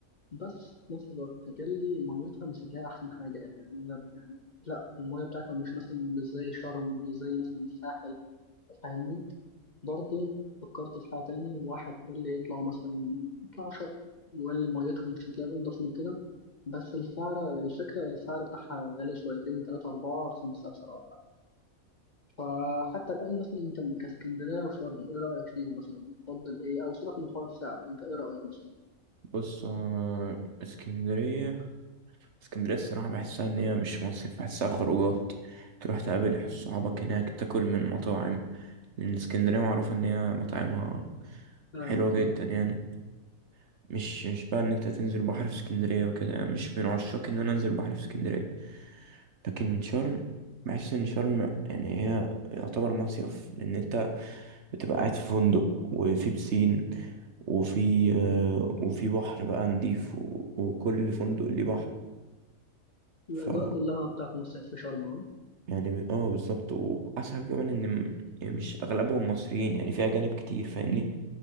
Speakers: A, on the left; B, on the right.
A: بس في نفس الوقت قال لي ميتها مش هتلاقي أحسن حاجة يعني هي- يعني لا المية بتاعتها مش مثلا مش زي شرم مش زي مثلا الساحل فاهمني برضه فكرت في حاجة تاني واحد قال لي اطلعوا مثلا اطلعوا شرم وقال لي ميتها مش هتلاقي أنضف من كده بس السعر الفكرة السعر بتاعها غالي شويتين تلاتة أربعة خمسة بصراحة فحتى الآن مثلا أنت كاسكندرية وشرم إيه رأيك فيهم مثلا؟ تفضل إيه أو سيبك من حوار السعر أنت إيه رأيك مثلا؟
B: بص آه اسكندرية اسكندرية الصراحة بحسها إن هي مش مصيف بحسها خروجات تروح تقابل صحابك هناك تاكل من مطاعم لأن اسكندرية معروفة إن هي مطاعمها
A: فاهمك
B: حلوة جدا
A: أه
B: يعني مش مش بقى إن أنت تنزل بحر في اسكندرية وكده يعني مش من عشاق إن أنا أنزل بحر في اسكندرية لكن شرم بحس إن شرم يعني هي يعتبر مصيف لأن أنت بتبقى قاعد في فندق وفي بسين وفي آه، وفي بحر بقى نضيف و- وكل فندق ليه
A: الأجواء
B: بحر
A: كلها بتاعت مصيف في شرم أهو.
B: يعني ب- اه بالظبط واحسن حاجة كمان ان م- يعني مش اغلبهم مصريين يعني في اجانب كتير فاهمني